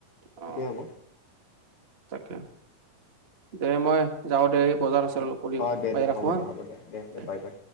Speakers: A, on the right; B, on the left.
A: অ
B: তেতিয়াহে হ'ব।
A: তাকে। দে মই যাও দে, এই বজাৰ আছে অলপ কৰি আহো।
B: অঁ দে
A: বাই,
B: দে
A: ৰাখো
B: হ'ব
A: হা।
B: দে হ'ব
A: দে।
B: Bye bye.